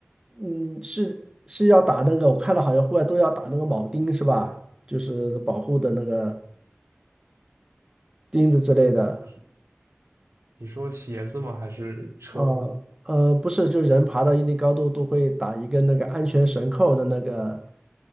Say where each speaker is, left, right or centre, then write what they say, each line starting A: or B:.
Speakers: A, on the right; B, on the right.
A: 嗯，是是要打那个，我看了好像户外都要打那个铆钉是吧？就是保护的那个钉子之类的。
B: 你是你说鞋子吗？还是车？
A: 啊，呃，不是，就人爬到一定高度都会打一个那个安全绳扣的那个，